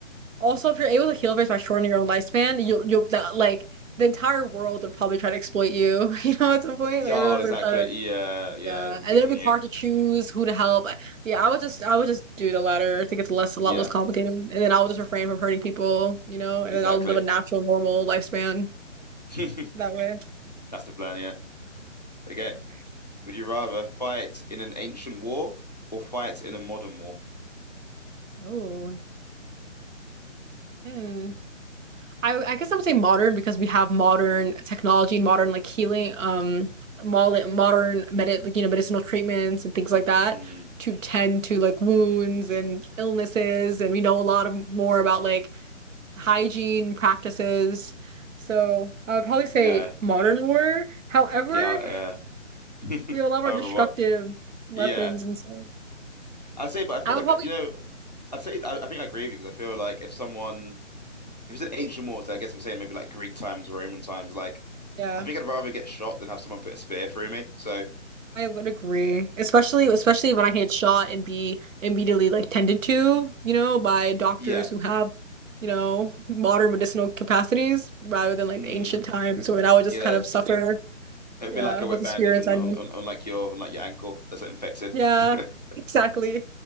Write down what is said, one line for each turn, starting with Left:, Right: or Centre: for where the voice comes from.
Right: also if you're able to heal this by shortening your own lifespan, you'll you'll that like the entire world would probably try to exploit you, <laughs> you know, at some point.
Left: Yeah,
Right: Like everyone's
Left: oh, exactly.
Right: gonna try to
Left: Yeah, yeah.
Right: yeah.
Left: they
Right: And then
Left: pick
Right: it'd
Left: on
Right: be
Left: you.
Right: hard to choose who to help. I- Yeah, I would just I would just do the latter. I think it's less a
Left: Yeah,
Right: lot less complicated. And then I will just refrain from hurting people, you know, and
Left: exactly.
Right: then I'll live a natural, normal lifespan
Left: <laughs>
Right: that way.
Left: That's the plan. Yeah. Okay.
Right: Okay.
Left: Would you rather fight in an ancient war or fight in a modern war?
Right: Oh. Hmm. I I guess I would say modern because we have modern technology, modern like healing, um, mol- modern medi like you know medicinal treatments and things like that
Left: Mm,
Right: to tend to like wounds and illnesses, and we know a lot of more about like hygiene practices. So I would probably say
Left: yeah.
Right: modern war. However,
Left: Yeah. Uh, <laughs>
Right: we have a lot more
Left: however,
Right: destructive
Left: what?
Right: weapons
Left: Yeah.
Right: and stuff.
Left: I'd say, but I
Right: I
Left: feel
Right: would
Left: like,
Right: probably
Left: you know, I'd say, I, I think I agree with you because I feel like if someone, if it's an ancient war, so I guess we're saying maybe like Greek times, Roman times, like,
Right: yeah.
Left: I think I'd rather get shot than have someone put a spear through me. So,
Right: I would agree, especially especially when I get shot and be immediately like tended to, you know, by doctors
Left: yeah.
Right: who have, you know, modern medicinal capacities rather than like
Left: Mm,
Right: the ancient times So when I would just
Left: you
Right: kind
Left: know.
Right: of suffer,
Left: It'd
Right: yeah,
Left: be like a
Right: with
Left: wet
Right: a
Left: bandage
Right: spear inside
Left: on on,
Right: me.
Left: on, on like your on like your ankle that's infected.
Right: Yeah,
Left: <laughs>
Right: exactly.